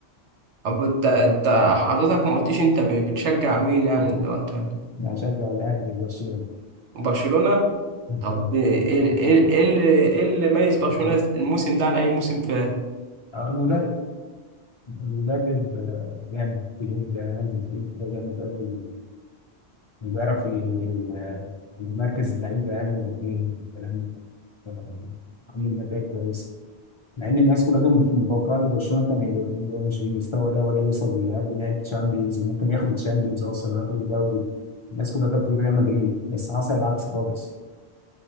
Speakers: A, on the right (about 85°); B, on the left (about 55°).
A: طب انت انت حضرتك ما قلتيش انت ب- بتشجع مين يعني دلوقتي ولا
B: يعني شجع الاهلي وبرشلونه
A: برشلونه
B: الفرق.
A: طب ايه ايه إيه اللي ايه اللي ميز برشلونه
B: ال-
A: الموسم ده عن اي موسم في
B: آه، المدرب المدرب آه، جامد بيقول ده عندي فريق ده جامد قوي بيعرف ي- يمركز اللعيبه يعني ويوديهم الكلام ده عامل نتائج كويسه مع ان الناس كلها كانت متوقعه ان برشلونه كان يبقى يبقى مش بالمستوى ده ولا يوصل لحد نهائي الشامبيونز ممكن ياخد الشامبيونز اصلا وياخد الدوري الناس كلها كانت بتقول ريال مدريد بس حصل العكس خالص